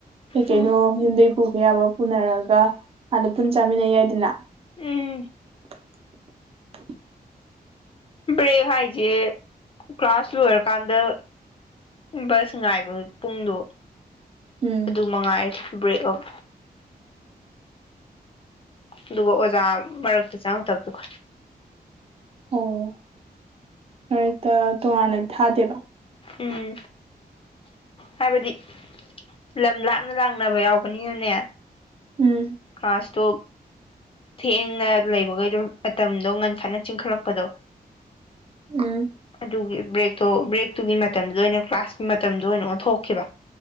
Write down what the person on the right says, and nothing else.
ꯀꯩ ꯀꯩꯅꯣ
ꯌꯨꯝꯗꯩ ꯄꯨꯕ ꯌꯥꯕ ꯄꯨꯅꯔꯒ ꯑꯥꯗ ꯄꯨꯟ ꯆꯥꯃꯤꯟꯅꯩ ꯌꯥꯏꯗꯅ
<unintelligible>
ꯎꯝ
ꯑꯣ ꯃꯔꯛꯇ ꯇꯣꯉꯥꯟꯅꯗ ꯊꯥꯗꯦꯕ
ꯎꯝ
ꯎꯝ